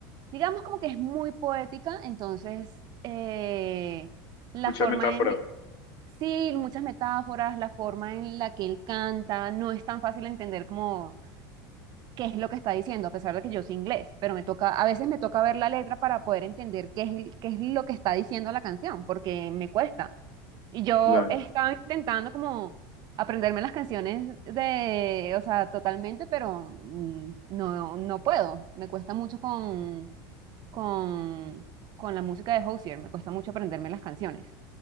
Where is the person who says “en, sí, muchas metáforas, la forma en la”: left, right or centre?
Right